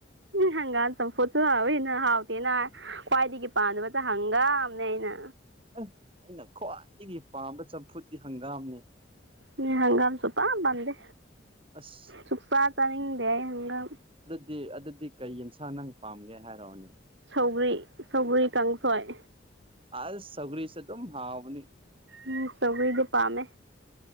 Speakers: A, on the right; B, on the right.
A: ꯎ ꯍꯪꯒꯥꯥꯟ ꯆꯝꯐꯨꯠꯁꯨ ꯍꯥꯎꯋꯦꯅ ꯍꯥꯎꯇꯦꯅ ꯈ꯭ꯋꯥꯏꯗꯒꯤ ꯄꯥꯗꯕ ꯍꯪꯒꯥꯝꯅꯦꯏꯅ
B: ꯑꯦ ꯑꯩꯅ ꯈ꯭ꯋꯥꯏꯗꯒꯤ ꯄꯥꯝꯕ ꯆꯝꯐꯨꯠꯇꯗꯤꯤ ꯍꯪꯒꯥꯝꯅꯤ
A: ꯃꯤ ꯍꯒꯥꯝ ꯁꯨꯣꯄ ꯄꯗꯦ
B: ꯑꯁ
A: ꯁꯨꯛꯁꯥ ꯆꯅꯤꯡꯗꯦ ꯍꯪꯒꯥꯝ
B: ꯗꯤ ꯑꯗꯨꯗꯤ ꯀꯩ ꯌꯦꯟꯁꯥꯡ ꯅꯪ ꯄꯥꯝꯒꯦ ꯍꯥꯏꯔꯛꯑꯣꯅꯦ
A: ꯁꯧꯒ꯭ꯔꯤ ꯁꯧꯒ꯭ꯔꯤ ꯀꯥꯡꯁꯣꯏ
B: ꯑꯜ ꯁꯒꯔꯤꯁꯦ ꯇꯝ ꯍꯥꯥꯎꯅꯤ
A: ꯎꯝ ꯁꯧ ꯏꯗꯨ ꯄꯥꯝꯃꯦ